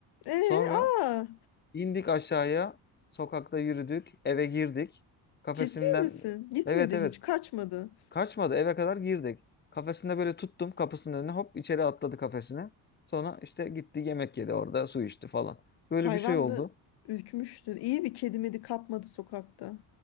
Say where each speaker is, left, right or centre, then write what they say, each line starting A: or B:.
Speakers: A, on the left; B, on the left.
A: Ee,
B: Sonra
A: aa,
B: indik aşağıya. Sokakta yürüdük. Eve girdik. Kafesinden
A: ciddi misin? Gitmedi
B: evet evet
A: hiç, kaçmadı.
B: Kaçmadı eve kadar girdik. Kafesinde böyle tuttum kapısının önüne hop içeri atladı kafesine. Sonra işte gitti yemek yedi orada su içti falan. Böyle
A: Hayvan
B: bir şey oldu.
A: da ürkmüştür. İyi bir kedi medi kapmadı sokakta.